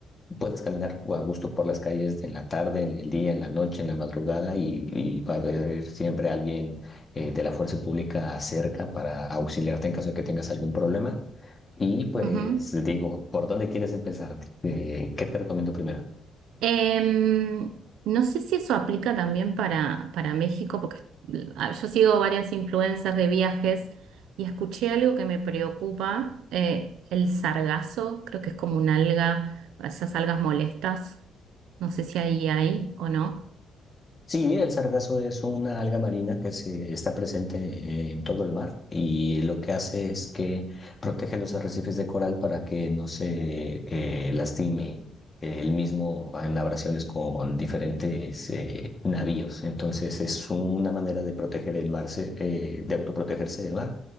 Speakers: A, on the left; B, on the right.
A: Puedes caminar a gusto por las calles en la tarde, en el día, en la noche, en la madrugada y, y va a haber siempre alguien eh, de la fuerza pública cerca para auxiliarte en caso de que tengas algún problema. Y pues
B: Ujú.
A: digo, ¿por dónde quieres empezar? Eh, ¿qué te recomiendo primero?
B: Em, no sé si eso aplica también para, para México, porque ah, yo sigo varias influencers de viajes y escuché algo que me preocupa, eh, el sargazo, creo que es como una alga, esas algas molestas, no sé si ahí hay o no.
A: Sí, el sargazo es una alga marina que se está presente eh, en todo el mar y lo que hace es que protege los arrecifes de coral para que no se eh, lastime el mismo en abrasiones con diferentes eh, navíos. Entonces es una manera de proteger el mar, se- eh, de autoprotegerse del mar